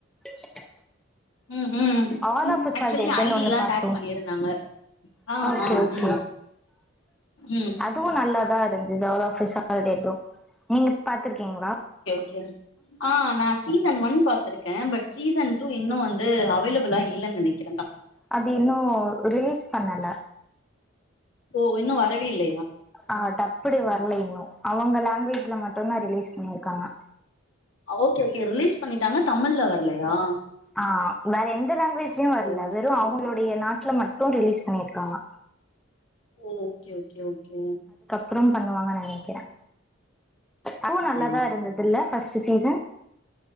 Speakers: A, in the centre; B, on the left.
A: ட்டா
B: ம் ம்
A: all of us
B: actually
A: are டெட்டுன்னு
B: ஐடில்லா
A: ஒன்னு பாத்தொ
B: டேக் பண்ணிருந்தாங்க ஆ
A: ஓகே
B: ஆ
A: ஓகே
B: ம் ம்
A: அதுவு நல்லா ருந்தது all of us are dead நீங்க பாத்துருக்கீங்களா?
B: கே ஆ நா சீசன் ஒன் பாத்துருக்கே பட் சீசன் டூ இன்னு வந்து அவைலபிளா இல்லன் நெனைக்க
A: அது இன்னு ரிலீஸ் பண்ணல
B: ஓ இன்னு வரவே இல்ல
A: ஆ டப்படி வர்ல இன்னு அவங்க லாங்குவேஜ்ல மட்டுந்தா ரிலீஸ் பண்ணிருக்காங்க
B: ஓகே ஓகே ரிலீஸ் பண்ணிட்டாங்க தமிழ்ல வர்லயா
A: ஆ வேற எந்த லாங்குவேஜ்லயு வர்ல
B: ஓ
A: வெறு அவுங்ளுடைய நா த்லமட்டு ரிலீஸ் பண்ணிருக்காங்க
B: ம் ஓகே ஓகே ஓ கே
A: ப்றம் பண்ணுவாங்க நெனக்கிறே அதுவு நல்லாதா
B: ஆ
A: இருந்ததுல ஃபஸ் ட்டு சீசன்